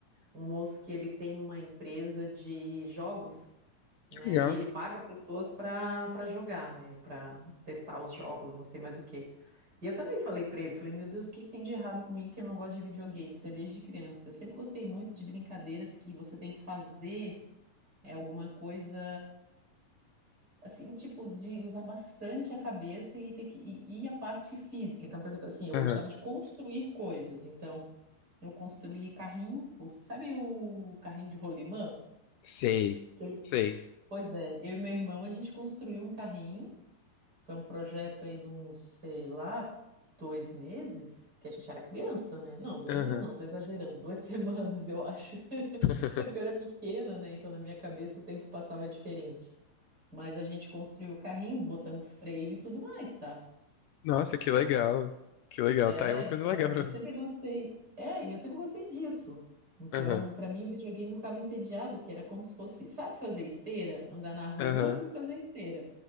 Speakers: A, on the right; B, on the left.
A: um moço que ele tem uma empresa de jogos, né?
B: Que legal.
A: E ele paga pessoas para para jogar, né? Para testar os jogos, não sei mais o quê. E eu também falei para ele, falei, meu Deus, o que que tem de errado comigo que eu não gosto de videogame? Isso é desde criança. Eu sempre gostei muito de brincadeiras que você tem que fazer é alguma coisa assim, tipo, de usar bastante a cabeça e ter que e, e a parte física. Então, por exemplo, assim, eu
B: Aham.
A: gostava de construir coisas. Então, eu construí carrinho, cons- sabe o carrinho de rolimã?
B: Sei.
A: Aquele-
B: Sei.
A: Pois é, eu e meu irmão, a gente construiu um carrinho. Foi um projeto aí de uns, sei lá, dois meses, que a gente era criança, né? Não, dois
B: Aham.
A: meses não, tô exagerando, duas <laughs> semanas, eu acho. <laughs>
B: <laughs>
A: É porque eu era pequena, né? Então na minha cabeça o tempo passava diferente. Mas a gente construiu o carrinho, botamos freio e tudo mais, tá?
B: Nossa, que legal. Que legal.
A: É,
B: Tá aí uma
A: então
B: coisa legal pra
A: eu sempre
B: fazer.
A: gostei. É, e eu sempre gostei disso. Então,
B: Aham.
A: pra mim, o videogame eu ficava entediada, porque era como se fosse, sabe fazer esteira? Andar na rua
B: Aham.
A: e fazer esteira.